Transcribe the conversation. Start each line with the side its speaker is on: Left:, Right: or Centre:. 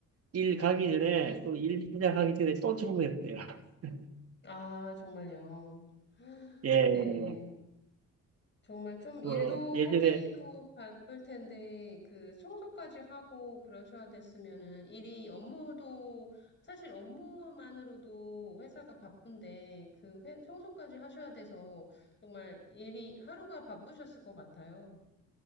Right: 일 가기 전에 또 일 시작하기 전에 또 청소했대요. <laughs>
Left: 아, 정말요.
Right: 예, 예.
Left: 네. 정말 좀
Right: 그
Left: 일도
Right: 예전에
Left: 하기도 바쁠 텐데, 그 청소까지 하고 그러셔야 됐으면은 일이 업무도, 사실 업무만으로도 회사가 바쁜데, 그 회- 청소까지 하셔야 돼서 정말 일이 하루가 바쁘셨을 것 같아요.